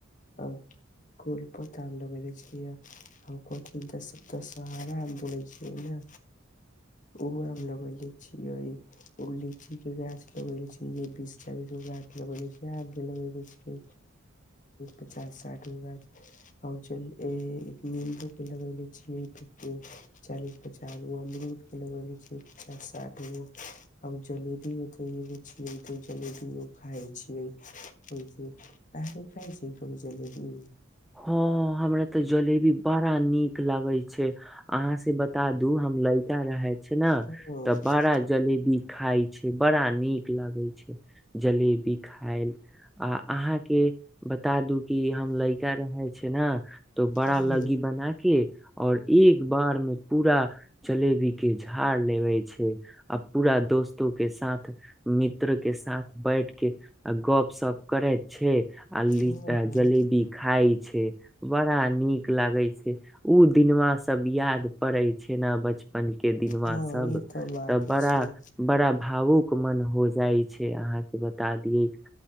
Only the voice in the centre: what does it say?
हँ हमरा तऽ जलेबी बड़ा नीक लागय छै। अहाँ से बता दू हम लइका रहे छी ने
तऽ बड़ा जलेबी खाइ छी, बड़ा नीक लगै छै जलेबी खायमे। आ अहाँके बता दू कि हम लै रहै <unintelligible> छै ने तो बड़ा
लऽग्गी बनाके और एक बारमे पूरा जलेबीके झाड़ लेबे छै आ पूरा दोस्तोके साथ मित्रके साथ बैठके आ गपशप करैत छी आ ली
जलेबी खाय छै। बड़ा नीक लागै छै, ऊ दिनवा सब याद पड़ै छै ने बच- पनके दिनवा
सब
तऽ बड़ा,
बड़ा भावुक- मन हो जाइ छै अहाँके बता दियै